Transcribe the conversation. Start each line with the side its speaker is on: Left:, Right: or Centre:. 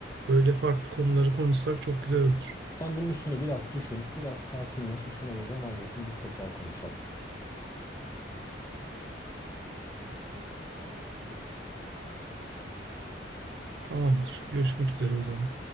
Right: böyle farklı konuları konuşsak çok güzel olur.
Left: sen bunun üstüne biraz düşün, biraz sakinleş, üstüne de zaman geçsin biz tekrar konuşalım.
Right: Tamamdır. Görüşmek üzere o zaman.